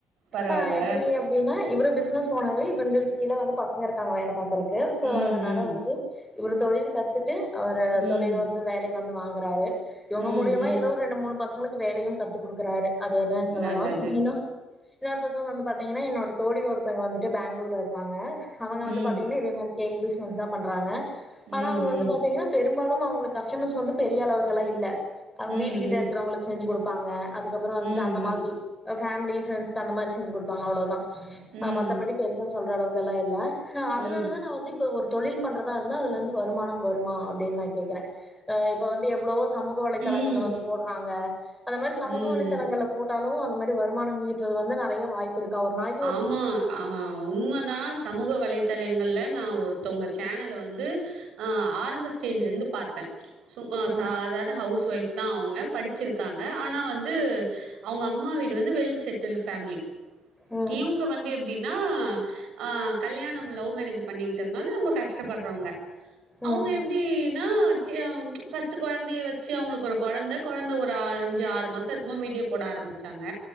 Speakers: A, on the right; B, in the centre.
A: பரவால்ல
B: அ எப்டியே அப் டினா இவரு பிசினஸ் ஓனரு இவனுங்களுக் கீழ வந்து பசங்க இருக்காங்க வேலபாக்கறதுக் கு சோ
A: ம்
B: அதனால
A: ம்
B: வந்துட்டு இவரு தொழில் கத்துட்டு அவரு
A: ம்
B: தொழில் வந்து வேலை வந்து வாங்குறாரு இவுங்க
A: ம்
B: மூலியமா
A: ம்
B: எதோ ஒரு ரெண்டு மூணு பசங் இவுங்களுக்கு வேலையு கத்து குடுக்குறாரு அது என்ன சொல்லலாம்
A: நல்லது
B: ஏன்னா இன்னோரு பக்கோ வந்து பாத்தீங்கன்னா என்னோட தோழி ஒருத்தங்க வந்துட்டு பேங்ளூர்ல இருக்காங்க அவுங்க வந்து
A: ம்
B: பாத்தீங்கன்னா இதே மாதிரி கேக் பிஸ்னஸ் தா பண்றாங்க ஆனா
A: ம்
B: அவுங்க வந்து
A: ம்
B: தீங்கன்னா பெரும்பாலும் அவுங்களுக்கு கஸ்டமர்ஸ் வந்து பெரிய அளவுக்கெல்லா இல்ல அவுங்க
A: ம்
B: வீட்டுக்கிட்ட
A: ம்
B: இருக்கிறவங்கள வச் செஞ்சு கொடுப்பாங்க அதுக்கப்பறோ வந்துட்டு
A: ம் ம்
B: அந்த மாதிரி ஃபேமிலி ஃப்ரெண்ட்ஸ்க்கு அந்த மாரி செஞ்சு கொடுப்பாங்க அவ்வளோதா
A: ம்
B: ஆ மத்தபடி பெருசா சொல்ற அளவுக்கல்லா இல்ல அ
A: ம்
B: அதனாலதா நா வந்து இப்ப ஒரு தொழில் பண்றதா இருந்தா அதுலருந்து வருமானம் வருமா அப்டின்னு நா கேக்கற அ இப்ப வந்து எவ்ளவோ சமூக வலைதளங்கள்ல
A: ம்
B: வந்து போடுறாங்க அந்த மாரி சமூக
A: ம்
B: வலைதளங்கள்ல
A: ம்
B: போட்டாலு அந்த மாரி வருமானோ ஈற்றது வந்து நறைய வாய்ப் ப்பு இருக்கா ஒரு நாய்
A: ஆமா ஆ உண்மதா ஸ் சமூக வலைதளங்கள்ல் நா ஒருத்தவுங்க சேனல வந்து ஆ ஆரம்ப ஸ்டேஜ்லேருந்து பாத்தே சு அ
B: ம்
A: சாதாரண ஹவுஸ் ஒயஃப் தா அவுங்க படிச்சிருக்காங்க ஆனா வந்து அவுங்க அம்மா வீடு வந்து வெல் செட்டில்டு ஃபேமிலி
B: ம்
A: இவுங்க இவுங்க வந்து எப்டின்னா அ கல்யாணோ லவ் மேரேஜ் பண்ணிக்கிட்டதுனால ரொம்ப கஷ்டப்படுறவுங்க
B: ம்
A: அவுங்க எப் என்னாச்சி அவுங் ஃபஸ்ட் கொழந்தைய வச்சு அவுங்களுக்கு ஒரு கொழந்த கொழந்த ஒரு அஞ்சு ஆறு மாச இருக்குமோ வீடியோ போட ஆரம் பிச்சாங்க